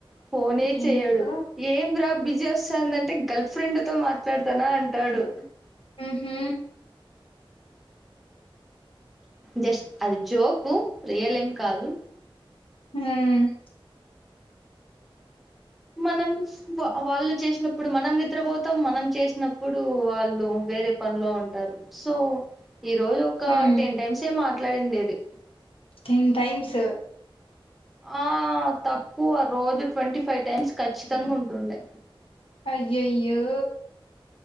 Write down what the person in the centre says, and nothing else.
ఫోనే చేయడు
ఏం రా బిజీ వస్తుందంటే గర్ల్ ఫ్రెండ్ తో మా ట్లాడతానా అంటాడు
జస్ట్ అది జోకు రియల్ ఏం కాదు
మనం వాళ్ళు చేసినప్పుడు మనం నిద్రపోతాం మనం చేసినప్పుడు వాళ్ళు వేరే పనిలో ఉంటారు సో ఈ రోజు ఒక
టెన్ టైమ్స్యే మాట్లాడింది అది
ఆ తక్కువ రోజు ట్వంటీ ఫైవ్ టైమ్స్ ఖచ్చితంగా ఉంటుండే